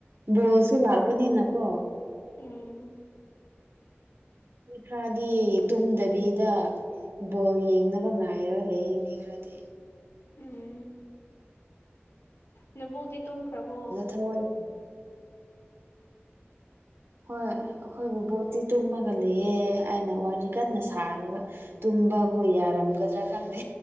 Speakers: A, on the right (about 65°); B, on the left (about 75°).
A: ꯕꯣꯁꯁꯨ ꯂꯥꯛꯄꯅꯤꯅꯀꯣ
B: ꯎꯝ
A: ꯃꯤ ꯈꯥꯗꯤ ꯇꯨꯝꯗꯕꯤꯗ ꯕꯣꯜ ꯌꯦꯡꯅꯕ ꯉꯥꯏꯔꯒ ꯂꯩꯌꯦꯡ ꯃꯤ ꯈ꯭ꯔꯗꯤ
B: ꯎꯝ ꯅꯕꯣꯗꯤ ꯇꯨꯝꯈ꯭ꯔꯕꯣ
A: ꯍꫭꯏ
B: <unintelligible>
A: ꯍꯣꯏ ꯑꯩꯈꯣꯏꯕꯨ ꯕꯣꯠꯇꯤ ꯇꯨꯝꯃꯒ ꯂꯩꯑꯦ ꯑꯩꯅ ꯋꯥꯔꯤ ꯀꯟꯅ ꯁꯥꯔꯤꯕ ꯇꯨꯝꯕꯕꯨ ꯌꯥꯔꯝꯒꯗ꯭ꯔꯥ ꯈꯪꯗꯦ